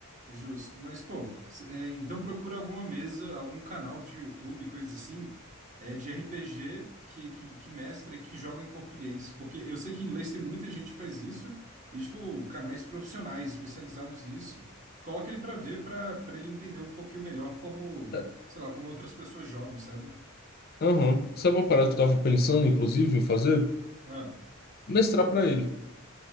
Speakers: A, on the right; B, on the left.
A: justo. Mas, pô, se- é, então procura alguma mesa, algum canal de YouTube, coisa assim, é, de RPG que, que, que mestra e que joga em português. Porque eu sei que em inglês tem muita gente que faz isso, e, tipo, canais profissionais especializados nisso. Coloca ele pra ver, pra, pra ele entender um pouquinho melhor como,
B: É,
A: sei lá, como outras pessoas jogam, sabe?
B: Aham. Sabe uma parada que eu tava pensando, inclusive, em fazer?
A: Ah,
B: Mestrar pra ele.